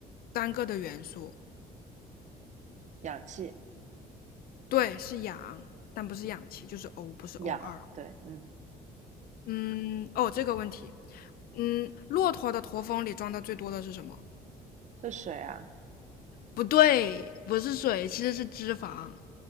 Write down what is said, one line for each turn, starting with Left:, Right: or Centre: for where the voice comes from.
Left: 单个的元素，
Right: 氧气，
Left: 对，是氧，但不是氧气，就是 O，不是
Right: 氧，
Left: O2。
Right: 对，嗯，
Left: 嗯，哦，这个问题，嗯，骆驼的驼峰里装的最多的是什么？
Right: 是水啊。
Left: 不对，不是水，其实是脂肪。